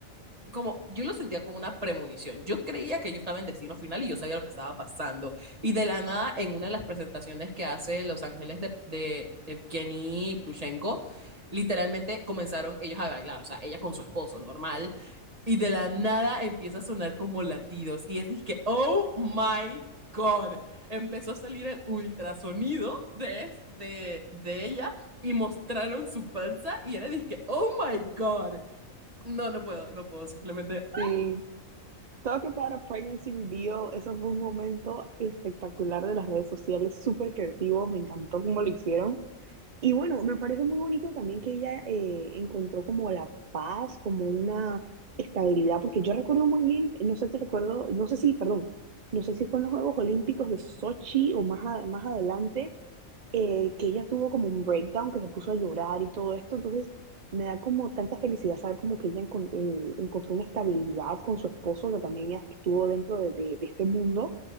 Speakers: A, on the right; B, on the right.
A: como, yo lo sentía como una premonición. Yo creía que yo estaba en destino final y yo sabía lo que estaba pasando. Y de la nada, en una de las presentaciones que hace Los Ángeles de, de Evgeny Plushenko, literalmente comenzaron ellos a bailar, o sea, ella con su esposo, normal, y de la nada empieza a sonar como latidos, y es que, oh my god, empezó a salir el ultrasonido de, de, de ella, y mostraron su panza, y era dije, oh my god, no, no puedo, no puedo, simplemente
B: Sí. Talk about a pregnancy reveal. Eso fue un momento espectacular de las redes sociales, súper creativo. Me encantó cómo lo hicieron. Y bueno, me parece muy bonito también que ella eh, encontró como la paz, como una estabilidad, porque yo recuerdo muy bien, no sé si recuerdo, no sé si, perdón, no sé si fue en los Juegos Olímpicos de Sochi o más, a- más adelante, eh, que ella tuvo como un breakdown, que se puso a llorar y todo esto, entonces me da como tanta felicidad saber como que ella encon- eh, encontró una estabilidad con su esposo, que también ya estuvo dentro de, de de este mundo,